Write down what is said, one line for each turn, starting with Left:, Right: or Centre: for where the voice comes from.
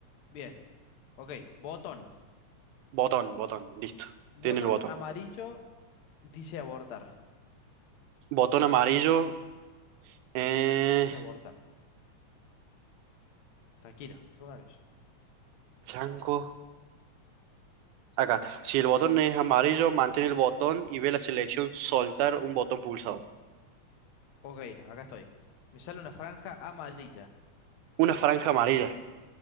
Left: bien. Ok, botón.
Right: Botón, botón, listo.
Left: Botón
Right: Tiene el botón.
Left: amarillo dice abortar.
Right: Botón amarillo, eh,
Left: Dice abortar. Tranquilo, no te pongo nervioso.
Right: blanco. Acá está. Si el botón es amarillo, mantén el botón y ve la selección soltar un botón pulsado.
Left: Ok, acá estoy. Me sale una franja amarilla.
Right: Una franja amarilla.